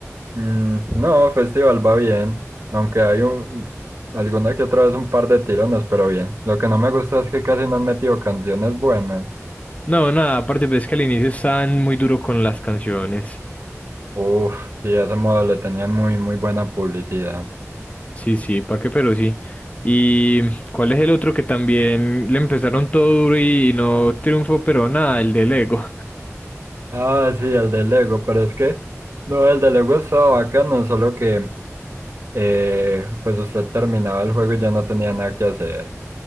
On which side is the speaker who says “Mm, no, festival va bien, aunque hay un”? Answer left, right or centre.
Right